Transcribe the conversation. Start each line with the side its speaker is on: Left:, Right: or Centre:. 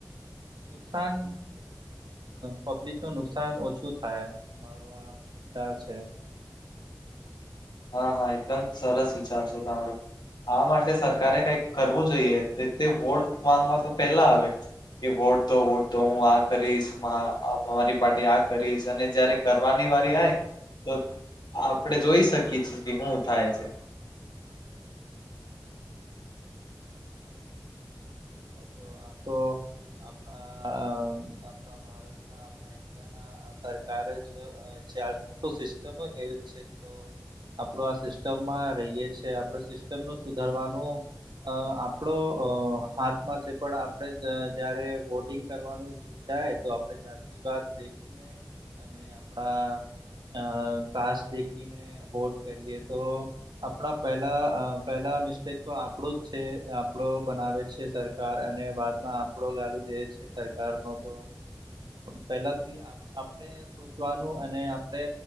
Right: નુકસાન પબ્લિક નું નુકસાન ઓછું થાય અમારું આ વિચાર છે
Left: હા હા એકદમ સરસ વિચાર છે તમારો. આ માટે સરકારે કઈક કરવું જોઈએ તે વોટ માંગવા તો પેલા આવે. કે વોટ દો વોટ દો હું આ કરીશ અમારી પાર્ટી આ કરીશ અને જયારે કરવાની વાળી આય તો આપડે જોઈ શકીએ છીએ કે હું થાય છે.
Right: <inaudible> તો આ તો આપણા આપણા ભારતના આ ઈન્ડિયા ના આ સરકાર જ છે આ મોટું સિસ્ટમ એ છે તો આપડો આ સિસ્ટમમાં રહીએ છેએ આપડ સિસ્ટમ નું સુધારવાનું અ આપડો અ હાથમાં છે પણ આપણે જયારે વોટિંગ કરવાનું જાય તો આપડ દેીને અને આપણા અ કાસ દેખીને <inaudible> વોટ કરીએ તો આપણા પહેલા પહેલા મિસ્ટેક તો આપણો જ છે આપણો બનાવે છે. સરકાર અને બાદમાં આપણો ગાલ દે છે સરકાર નો તો પેલાથી આપણે <inaudible> સોચવાનું અને આપણે